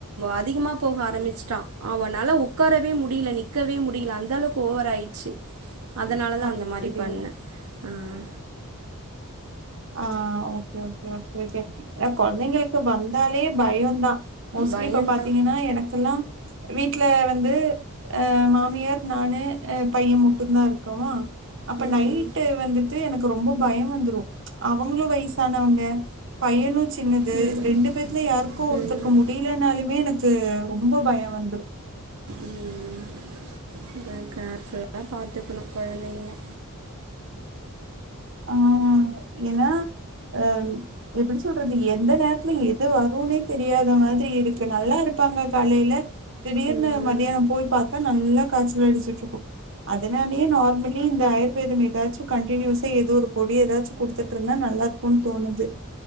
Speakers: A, on the right (about 80°); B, on the right (about 60°).
A: அதிகமா போக ஆரம்பிச்சிட்டான் அவனால உட்காரவே முடியல நிக்கவே முடியல அந்த அளவுக்கு ஓவரா ஆயிருச்சு அதனாலதா
B: அப்டியா
A: அந்த மாரி பண்ணேன் ஆஹ்
B: ஆஹ் ஓகே ஓகே ஓகே இப்ப ஏன் கொழந்தைங்களுக்கு வந்தாலே பயம்தான் மோஸ்ட்லி
A: பயந்தா
B: இப்ப பாத்தீங்கன்னா எனக்கெல்லாம் வீட்டு்ல வந்து அஹ் மாமியார் நானு பையன் முட்டுதா இருக்கோம் அப்ப
A: ம்
B: நைட்டு வந்துட்டு எனக்கு ரொம்ப பயம் வந்துரும் அவங்களும் வயசானவங்க பையனும் சின்னது
A: ம்
B: ரெண்டு பேத்துல யாருக்கோ ஒருத்தருக்கு
A: ம்
B: முடியலனாலுமே எனக்கு ரொம்ப பயம் வந்துரு
A: ம் <inaudible> கேர்ஃபுல்லா பார்த்துக்கணும் கொழந்தைகளே
B: ஆஹ் ஏன்னா அஹ் எப்படி சொல்றது எந்த நேரத்துல எது வருன்னே தெரியாத மாதிரி இருக்கு நல்லா இருப்பாங்க காலைலே திடீர்னு
A: ம்
B: மத்தியானம் போய் பாத்தா நல்லா காய்ச்சல் அடிச்சிட்டு இருக்கும் அதனாலயே நார்மலி இந்த ஆயுர்வேதம் ஏதாச்சு கண்டினியூஸ் <unintelligible> இது ஒரு பொடி ஏதாச்சு குடுத்துட்டு இருந்தா நல்லா இருக்கோனும் தோணுது